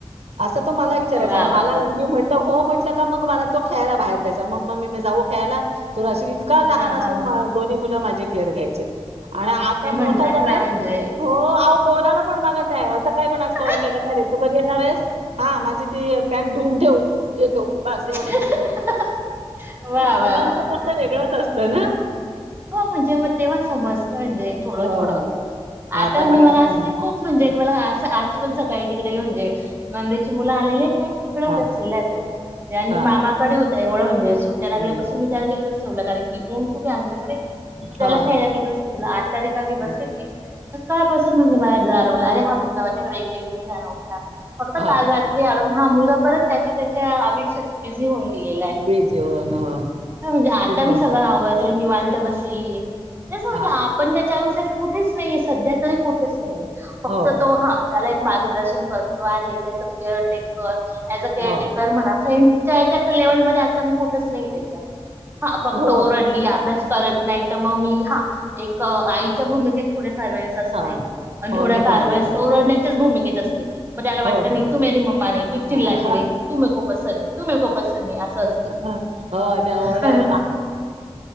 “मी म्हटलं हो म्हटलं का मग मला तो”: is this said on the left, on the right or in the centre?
Right